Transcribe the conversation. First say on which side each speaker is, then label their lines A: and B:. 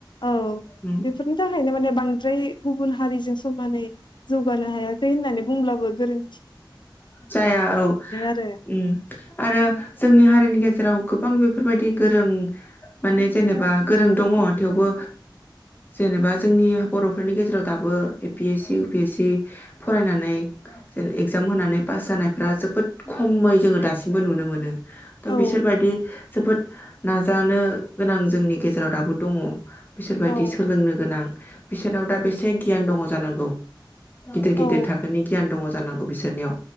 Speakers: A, on the left; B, on the left.
A: औ
B: उम
A: बेफोरनि थाखायनो माने बांद्राय गुबुन हारिजों समानै जौ बानो हायाखै होननानै बुंब्लाबो गोरों
B: जाया औ
A: आरो
B: उम आरो जोंनि हारिनि गेजेराव गोबां बेफोरबायदि गोरों माने जेनेबा गोरों दङ थेवबो जेनेबा जोंनि बर'फोरनि गेजेराव दाबो ए-पि-एस-सि उ-पि-एस-सि फरायनानै जेन एगजाम होनानै पास जानायफ्रा जोबोद खमै जोङो दासिमबो नुनो मोनो। थ
A: औ
B: बिसोरबायदि जोबोद नाजानो गोनां जोंनि गेजेराव दाबो दङ। बिसोरबायदि
A: औ
B: सोलोंनो गोनां। बिसोरनाव दा बेसे गियान दङ जानांगौ। गिदिर
A: औ
B: गिदिर थाखोनि। गियान दङ जानांगौ। बिसोरनियाव